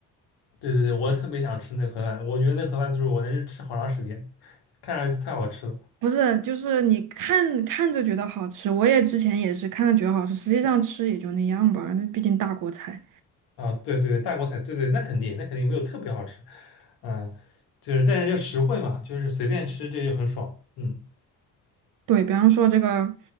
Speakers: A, on the left (about 80°); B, on the right (about 55°).
A: 对对对，我特别想吃那个盒饭，我觉得那盒饭就是我能是吃好长时间，看上去太好吃了
B: 不是，就是你看看着觉得好吃，我也之前也是看着觉得好吃，实际上吃也就那样吧，那毕竟大锅菜。
A: 啊！对对对，大锅菜，对对，那肯定，那肯定没有特别好吃，嗯，就是但是就实惠嘛，就是随便吃这就很爽，嗯。
B: 对，比方说这个